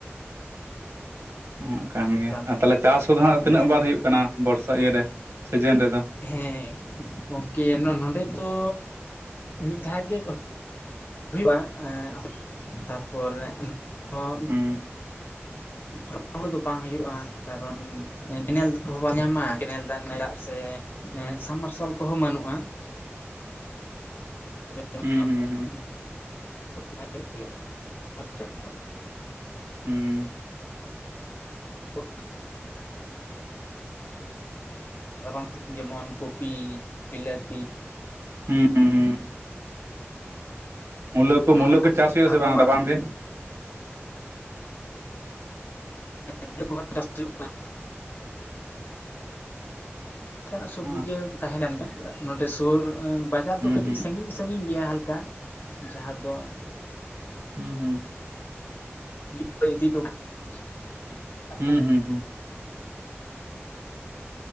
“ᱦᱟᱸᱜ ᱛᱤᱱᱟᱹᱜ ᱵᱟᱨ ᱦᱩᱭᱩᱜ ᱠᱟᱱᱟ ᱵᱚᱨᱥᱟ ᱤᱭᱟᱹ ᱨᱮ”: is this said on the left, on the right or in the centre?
Right